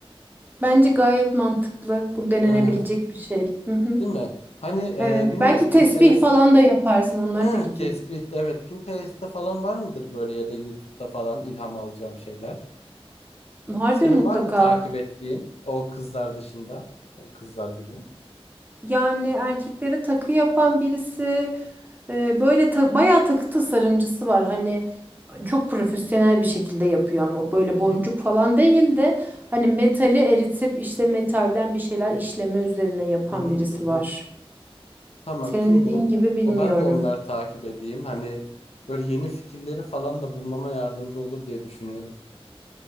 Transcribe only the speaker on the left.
Hı hı.
Değil mi? Hani e,
bilmiyorum
Pinterest.
Hı,
tespit evet Pinterest'te falan var mıdır böyle ya da YouTube'da falan ilham alacağım şeyler?
Senin
var mı takip ettiğin o kızlar dışında? O kızlar gibi.
Hı
hı.
Hı hı
hı. hı.
Tamam
kim
bu?
O ben de onları takip edeyim. Hani böyle yeni fikirleri falan da bulmama yardımcı olur diye düşünüyorum.